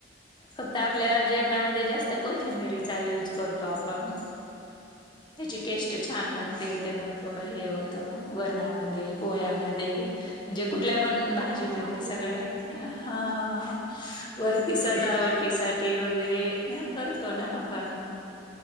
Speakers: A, on the left; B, on the right.
A: फक्त आपल्या
B: हो
A: जेवणामध्ये जास्त कोथिंबिरीचा यूज करतो आपण त्याची टेस्ट छान लागते
B: हो
A: त्यानं थोडं हे होतं वरणामध्ये पोह्यामध्ये- म्हणजे कुठल्या पण
B: दिसायला
A: भाजीमध्ये
B: पण छान
A: सगळ्या.
B: दिसत त्याच्याने हो
A: हं. वरती सजावटीसाठी वगैरे. करतो ना आपण?